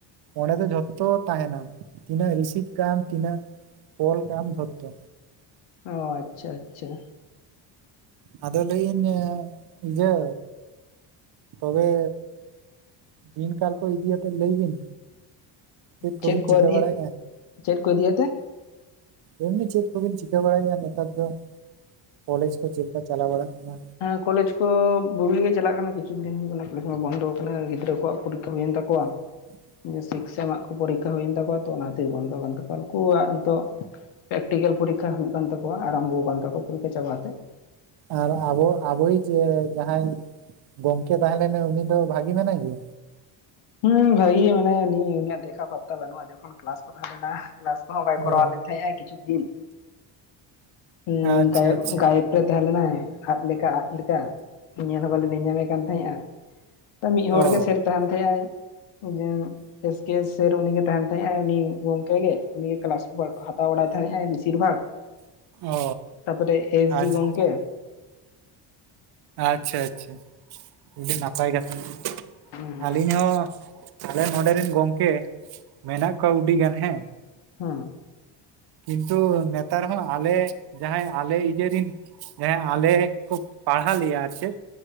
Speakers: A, on the right; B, on the left.
A: ᱚᱸᱰᱮ ᱫᱚ ᱡᱷᱚᱛᱚ ᱛᱟᱦᱮᱱᱟ ᱛᱤᱱᱟᱹᱜ ᱨᱤᱥᱤᱵ ᱠᱟᱱ ᱛᱤᱱᱟᱹᱜ ᱠᱚᱞ ᱠᱟᱜ ᱟ ᱡᱷᱚᱛᱚ
B: ᱚ ᱟᱪᱪᱷᱟ ᱟᱪᱪᱷᱟ
A: ᱟᱫᱚ ᱞᱟᱹᱭᱟᱹᱧ ᱡᱮ ᱛᱚᱵᱮ ᱫᱤᱱ ᱠᱟᱞ ᱠᱚ ᱤᱫᱤᱭᱟᱛᱮᱫ ᱞᱟᱹᱭ ᱵᱤᱱ ᱠᱚᱵᱤᱱ
B: ᱪᱮᱫ ᱠᱚ
A: ᱪᱤᱠᱟᱹ
B: ᱤᱫᱤᱭ
A: ᱵᱟᱲᱟᱭᱮᱫᱼᱟ
B: ᱪᱮᱫ ᱠᱚ ᱤᱫᱤᱭᱟᱛᱮ
A: ᱮᱢᱱᱤ ᱪᱮᱫ ᱠᱚᱵᱤᱱ ᱪᱤᱠᱟᱹ ᱵᱟᱲᱟᱭᱟ ᱱᱮᱛᱟᱨ ᱫᱚ ᱠᱚᱞᱮᱡᱽ ᱠᱚ ᱪᱮᱫ ᱞᱮᱠᱟ ᱪᱟᱞᱟᱣ ᱵᱟᱲᱟᱜ ᱠᱟᱱᱟ
B: ᱦᱮᱸ ᱠᱚᱞᱮᱡᱽ ᱠᱚ ᱵᱩᱜᱤ ᱜᱮ ᱪᱟᱞᱟᱜ ᱠᱟᱱᱟ ᱠᱤᱪᱷᱩ ᱫᱤᱱ ᱦᱩᱭᱩᱜ ᱠᱟᱱᱟ ᱠᱚᱞᱮᱡᱽ ᱢᱟ ᱵᱚᱱᱫᱚ ᱟᱠᱟᱱᱟ ᱜᱤᱫᱽᱨᱟᱹ ᱠᱚᱣᱟᱜ ᱯᱚᱨᱤᱠᱠᱷᱟ ᱦᱩᱭᱮᱱ ᱛᱟᱠᱚᱣᱟ
A: <inaudible>
B: ᱥᱤᱠᱥ ᱥᱮ ᱮᱢᱟᱜ ᱠᱚ ᱯᱚᱨᱤᱠᱠᱷᱟ ᱦᱩᱭᱮᱱ ᱛᱟᱠᱚᱣᱟ ᱛᱚ ᱚᱱᱟᱛᱮᱜᱮ ᱵᱚᱱᱫᱚ ᱠᱟᱱ ᱛᱟᱠᱚᱣᱟ ᱩᱱᱠᱩᱣᱟᱜ ᱱᱤᱛᱚᱜ ᱯᱮᱠᱴᱤᱠᱮᱞ ᱯᱚᱨᱤᱠᱠᱷᱟ ᱦᱩᱭᱩᱜ ᱠᱟᱱ ᱛᱟᱠᱚᱣᱟ ᱟᱨᱟᱢᱵᱷᱚ ᱠᱟᱱ ᱛᱟᱣᱟ ᱯᱚᱨᱤᱠᱠᱷᱟ ᱪᱟᱵᱟ ᱠᱟ ᱠᱟᱛᱮᱜ
A: ᱟᱨ ᱟᱵᱚ ᱟᱵᱚᱭᱤᱡ ᱡᱮ ᱡᱟᱦᱟᱸᱭ ᱜᱚᱝᱠᱮ ᱛᱟᱦᱮᱸ ᱞᱮᱱᱟ ᱩᱱᱤ ᱫᱚ ᱵᱷᱟᱜᱤ ᱢᱮᱱᱟᱭ ᱜᱮ
B: ᱦᱩᱸ ᱵᱷᱟᱹᱜᱤᱮ ᱢᱟᱱᱮ ᱱᱤᱭᱟᱹ ᱩᱱᱤᱭᱟᱜ ᱫᱮᱷᱟ ᱯᱟᱨᱛᱟ ᱵᱟᱹᱱᱩᱜᱼᱟ ᱡᱚᱠᱷᱚᱱ ᱠᱞᱟᱥ ᱠᱚ ᱛᱟᱦᱮ ᱞᱮᱱᱟ ᱵᱟᱭ ᱠᱚᱨᱟᱣᱟ
A: ᱚ
B: ᱞᱮ ᱛᱟᱦᱮᱸᱼᱟ ᱠᱤᱪᱷᱩ ᱫᱤᱱ ᱦᱩᱸ
A: ᱟᱪᱪᱷᱟ ᱟᱪᱪᱷᱟ
B: <inaudible> ᱛᱟᱦᱮᱸ ᱞᱮᱱᱟᱭ ᱟᱫ ᱞᱮᱠᱟ ᱟᱫ ᱞᱮᱠᱟ ᱧᱮᱞ ᱦᱚᱸ ᱵᱟᱞᱮ ᱧᱮᱧᱟᱢᱮ ᱠᱟᱱ ᱛᱟᱦᱮᱸᱼᱟ ᱢᱤᱫ ᱦᱚᱲᱚᱲ
A: ᱚ
B: ᱜᱮ ᱥᱮᱨ ᱛᱟᱦᱮᱱ ᱛᱟᱦᱮᱸ ᱟᱭ ᱡᱮ ᱮᱥᱠᱮ ᱥᱮᱨ ᱩᱱᱤ ᱛᱟᱦᱮ ᱛᱟᱦᱮᱸᱜ ᱩᱱᱤ ᱜᱚᱢᱠᱮ ᱜᱮ ᱩᱱᱤ ᱠᱮᱞᱟᱥ ᱦᱟᱛᱟᱣ ᱵᱟᱲᱟᱭ ᱛᱟᱦᱮᱸᱜ ᱵᱮᱥᱤᱨ ᱵᱷᱟᱜᱽ
A: ᱚ
B: ᱛᱟᱯᱚᱨᱮ ᱮᱥ
A: ᱟᱪᱪᱷᱟ
B: ᱡᱤ ᱜᱚᱝᱠᱮ
A: ᱟᱪᱪᱷᱟ ᱟᱪᱪᱷᱟ ᱟᱹᱰᱤ ᱱᱟᱯᱟᱭ ᱠᱟᱛᱷᱟ
B: ᱦᱩᱸ
A: ᱟᱹᱞᱤᱧ ᱦᱚᱸ ᱛᱟᱦᱞᱮ ᱱᱚᱰᱮ ᱨᱮᱱ ᱜᱚᱝᱠᱮ ᱢᱮᱱᱟᱜ ᱠᱚᱣᱟ ᱩᱰᱤ ᱜᱟᱱ ᱦᱮᱸ
B: ᱦᱮᱸ
A: ᱠᱤᱱᱛᱩ ᱱᱮᱛᱟᱨ ᱦᱚᱸ ᱟᱞᱮ ᱡᱟᱦᱟᱸᱭ ᱟᱞᱮ ᱤᱭᱟᱹ ᱨᱤᱱ ᱦᱮᱸ ᱟᱞᱮ ᱠᱷᱩᱵᱽ ᱯᱟᱲᱦᱟᱣ ᱞᱮᱭᱟ ᱟᱨ ᱪᱮᱫ